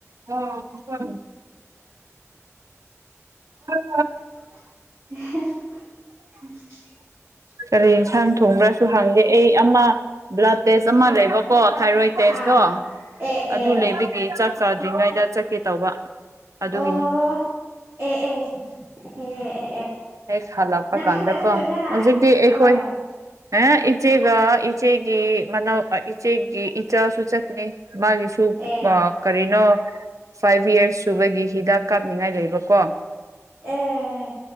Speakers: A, on the right (about 85°); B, on the right (about 50°).
A: ꯑꯣ ꯍ ꯍ <inaudible> <unintelligible>
B: <inaudible>
A: ꯀꯔꯤ ꯊꯥꯡ ꯊꯣꯡꯕ꯭ꯔꯁꯨ ꯍꯪꯗꯦ ꯑꯩ ꯑꯃ ꯕ꯭ꯂꯥꯗ ꯇꯦꯁ ꯑꯃ ꯂꯩꯕꯀꯣ ꯊꯥꯏꯔꯣꯏꯗ ꯇꯦꯁꯇꯣ
B: ꯑꯥ ꯑꯦ ꯑꯦ
A: ꯑꯗꯨ ꯂꯩꯕꯒꯤ ꯆꯥꯛ ꯆꯥꯗ꯭ꯔꯤꯉꯩꯗ ꯆꯠꯀꯦ ꯇꯧꯕ꯫ ꯑꯗꯨꯒꯤꯅꯤ
B: ꯑꯣ ꯑꯦ ꯑꯦ ꯑꯦ ꯑꯦ ꯑꯦ
A: ꯍꯦꯛ ꯍꯜꯂꯛꯄ
B: ꯅꯊꯟꯇ
A: ꯀꯥꯟꯗꯀꯣ
B: ꯆꯠꯇꯣꯏꯔꯥ
A: ꯍꯧꯖꯤꯛꯇꯤ ꯑꯩꯈꯣꯏ
B: ꯑꯣ
A: ꯑꯦ ꯏꯆꯦꯒ ꯏꯆꯦꯒꯤ ꯃꯅꯥꯎ ꯏꯆꯦꯒꯤ ꯏꯆꯥꯁꯨ ꯆꯠꯂꯤ꯫ ꯃꯥꯒꯤꯁꯨꯨ
B: ꯑꯦ
A: ꯑ ꯀꯔꯤꯅꯣ ꯐꯥꯏꯚ ꯌꯦꯔꯁ ꯁꯨꯕꯒꯤ ꯍꯤꯗꯥꯛ ꯀꯥꯞꯅꯤꯡꯉꯥꯏ ꯂꯩꯕꯀꯣ꯫
B: ꯑꯦ